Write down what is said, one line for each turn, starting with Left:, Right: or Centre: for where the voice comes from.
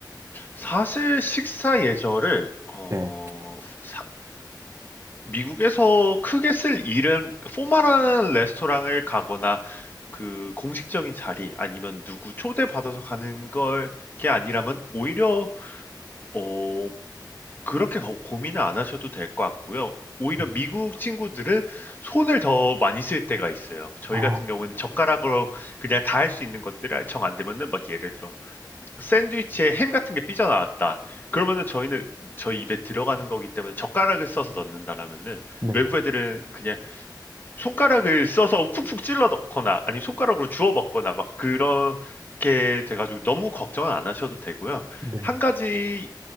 Left: 사실 식사 예절을 어,
Right: 네.
Left: 사- 미국에서 크게 쓸 일은 포멀한 레스토랑을 가거나 그 공식적인 자리 아니면 누구 초대받아서 가는 걸 게 아니라면 오히려 어 그렇게 거- 고민을 안 하셔도 될 것 같고요. 오히려
Right: 네.
Left: 미국 친구들은 손을 더 많이 쓸 때가 있어요. 저희
Right: 아.
Left: 같은 경우에는 젓가락으로 그냥 다 할 수 있는 것들을 정 안 되면은 막 예를 들어 샌드위치에 햄 같은 게 삐져나왔다. 그러면은 저희는 저희 입에 들어가는 거기 때문에 젓가락을 써서 넣는다라면은
Right: 네,
Left: 외국 애들은 그냥 손가락을 써서 푹푹 찔러 넣거나 아니 손가락으로 주워 먹거나 막 그렇게 돼가지고 너무 걱정은 안 하셔도 되고요.
Right: 네,
Left: 한 가지